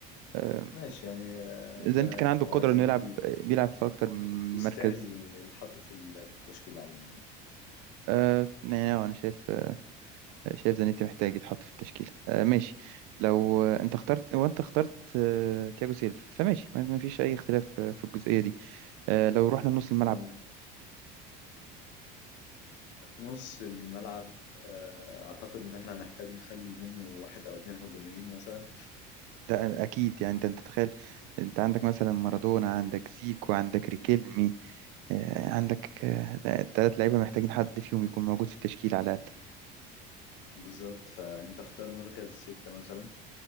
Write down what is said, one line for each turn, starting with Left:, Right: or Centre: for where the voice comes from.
Right: آه،
Left: ماشي يعني آه،
Right: زينتي
Left: تمام
Right: كان عنده
Left: هو
Right: القدرة
Left: زانيتي
Right: إنه يلعب بيلعب في أكتر من
Left: يستاهل
Right: مركز
Left: يتحط في ال- في التشكيل عموما يعني.
Right: آه يعني أنا شايف شايف زانيتي محتاج يتحط في التشكيلة آه ماشي لو آه، أنت اخترت هو أنت اخترت آه تياجو سيلفا فماشي ما ما فيش أي اختلاف في في الجزئية دي آه لو رحنا لنص الملعب
Left: تمام في نص الملعب آه، اعتقد ان احنا هنحتاج نخلي منه واحد او اتنين هجوميين مثلا
Right: ده أكيد يعني ده أنت تخيل أنت عندك مثلا مارادونا عندك زيكو عندك ريكيلمي آه عندك آه ده- تلات لعيبة محتاجين حد فيهم يكون موجود في التشكيل على الأقل
Left: بالظبط فانت اختار مركز ستة مثلا